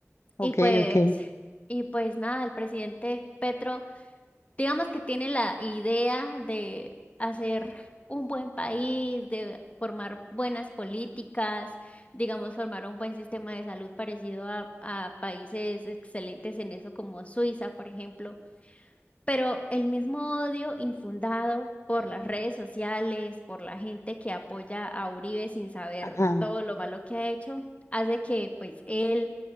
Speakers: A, on the left; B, on the left.
A: Ok,
B: Y pues
A: ok.
B: y pues nada, el presidente Petro, digamos que tiene la idea de hacer un buen país, de formar buenas políticas, digamos, formar un buen sistema de salud parecido a, a países excelentes en eso como Suiza, por ejemplo. Pero el mismo odio infundado por las redes sociales, por la gente que apoya a Uribe sin saber
A: Ajá.
B: todo lo malo que ha hecho, hace que pues él